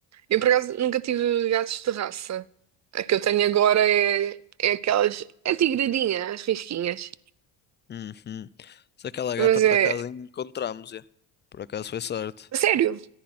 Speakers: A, on the right (about 40°); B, on the left (about 25°).
A: Eu, por acaso, nunca tive gatos de raça. A que eu tenho agora é, é aquelas. É tigradinha, as risquinhas.
B: Uhum. Se aquela gata
A: Mas
B: por
A: é.
B: acaso encontramos, já. Por acaso foi sorte.
A: Sério,